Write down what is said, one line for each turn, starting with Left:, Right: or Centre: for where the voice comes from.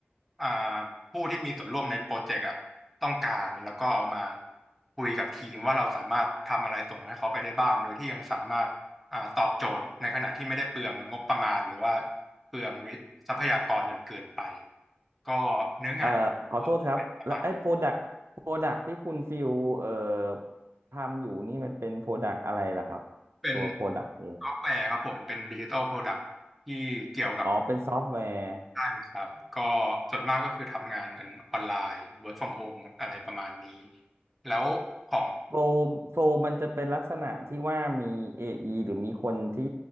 Centre: อ่าผู้ที่มีส่วนร่วมในโปรเจกต์อ่ะต้องการแล้วก็เอามาคุยกับทีมว่าเราสามารถทำอะไรส่งให้เขาไปได้บ้างโดยที่ยังสามารถอ่าตอบโจทย์ในขณะที่ไม่ได้เปลืองงบประมาณหรือว่าเปลืองทรัพยากรจนเกินไปก็เนื้องานก็เป็นประมาณ
Right: เอ่อขอโทษครับแล้วไอ้โปรดักโปรดักที่คุณฟิวเอ่อทำอยู่นี่มันเป็นโปรดักอะไรล่ะครับ
Centre: เป็น
Right: ตัวโปรดักเอง
Centre: ซอฟต์แวร์ครับผมเป็นดิจิทัลโปรดักต์ที่เกี่ยวกับ
Right: อ๋อเป็นซอฟต์แวร์
Centre: ด้านครับก็ส่วนมากก็คือทำงานกันออนไลน์ work from home อะไรประมาณนี้แล้วของ
Right: โฟลโฟลมันจะเป็นลักษณะที่ว่ามี AE หรือมีคนที่